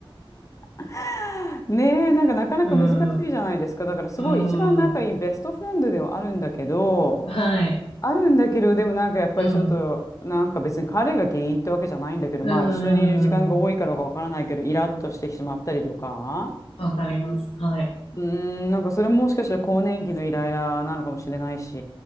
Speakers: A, on the left (about 35°); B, on the left (about 85°).
A: <laughs> ねえ、なんかなかなか難しいじゃないですか。
B: うん。
A: だからすごい一番仲いいベストフレンドではあるんだけど、
B: うん。はい。
A: あるんだけど、でもなんかやっぱりちょっと、
B: うん。
A: なんか別に彼が原因ってわけじゃないんだけど、
B: うん。
A: まあ一緒にいる時間が多いからかわからないけど、
B: うん
A: イラッとしてしまったりとか、
B: わかります。はい。
A: うーん、なんかそれももしかしたら更年期のイライラなのかもしれないし。